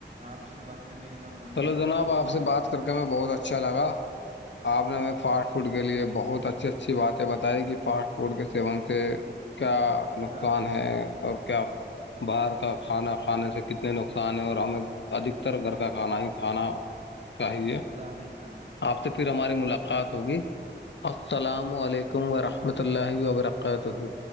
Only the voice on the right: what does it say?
آپ سے بات کر کے جناب ہمیں
بہت خوشی
خدا
خدا حافظ
گ بھی جنا
ٹھیک ہے